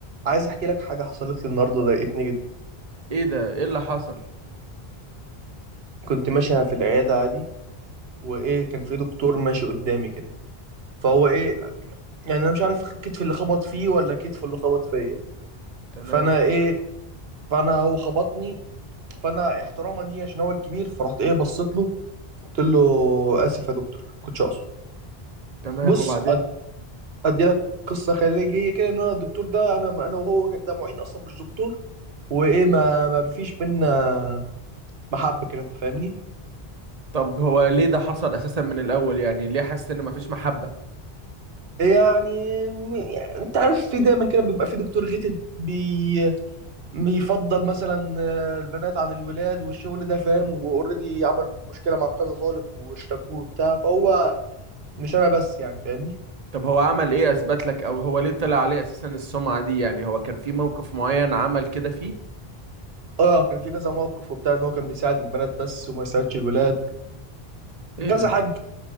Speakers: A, on the right; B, on the right.
A: عايز احكي لك حاجه حصلت لي النهارده ضايقتني جدا
B: ايه ده ايه اللي حصل
A: كنت ماشي في العياده عادي وايه كان في دكتور ماشي قدامي كده فهو ايه يعني انا مش عارف كتفي اللي خبط فيه ولا كتفه اللي خبط فيا
B: تمام
A: فانا ايه فانا هو خبطني فانا احتراما ليه عشان هو الكبير فرحت ايه بصيت له قلت له اسف يا دكتور كنتش اقصد
B: تمام
A: بص
B: وبعدين
A: أد- ادي لك قصه خارجيه كده ان انا الدكتور ده انا انا وهو كده ده معيد اصلا مش دكتور وايه ما ما فيش بينا محبه كده انت فاهمني
B: طب هو ليه ده حصل اساسا من الاول يعني ليه حاسس ان مفيش محبة
A: يعني م- يعني انت عارف في دايما كده بيبقى في دكتور غيتد بي بيفضل مثلا آه، البنات عن الولاد والشغل ده فاهم واوريدي عمل مشكله مع كذا طالب واشتكوه وبتاع فهو مش انا بس يعني فاهمني
B: طب هو عمل ايه اثبت لك او هو ليه طلع عليه اساسا السمعة دي يعني هو كان في موقف معين عمل كده فيه
A: اه كان في كذا موقف وبتاع ان هو كان بيساعد البنات بس وما يساعدش الولاد
B: ايه
A: كذا
B: ده
A: حاجه